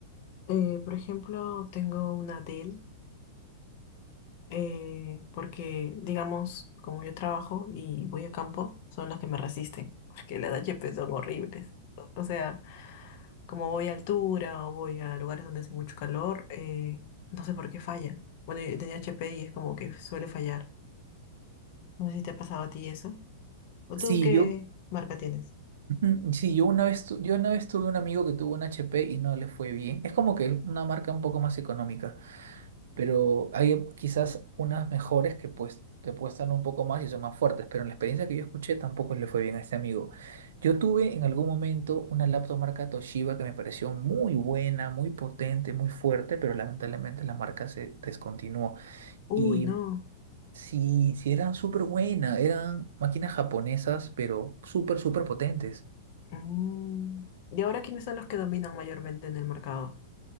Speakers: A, on the left; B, on the right.
A: Eh, por ejemplo, tengo una Dell, eh, porque, digamos, como yo trabajo y voy a campo, son las que me resisten, <laughs> porque las HP son horribles. O o sea, como voy a altura o voy a lugares donde hace mucho calor, eh, no sé por qué falla. Bueno, yo tenía HP y es como que suele fallar. No sé si te ha pasado a ti eso. ¿O
B: Sí,
A: tú qué
B: yo,
A: marca tienes?
B: ujú, sí, yo una vez, tu- yo una vez tuve un amigo que tuvo un HP y no le fue bien. Es como que una marca un poco más económica. pero hay quizás unas mejores que pues te cuestan un poco más y son más fuertes, pero en la experiencia que yo escuché tampoco le fue bien a este amigo. Yo tuve en algún momento una laptop marca Toshiba que me pareció muy buena, muy potente, muy fuerte, pero lamentablemente la marca se descontinuó.
A: Uy,
B: Y
A: no.
B: sí, sí eran súper buenas, eran máquinas japonesas, pero súper, súper potentes.
A: Mm. ¿Y ahora quiénes son los que dominan mayormente en el mercado?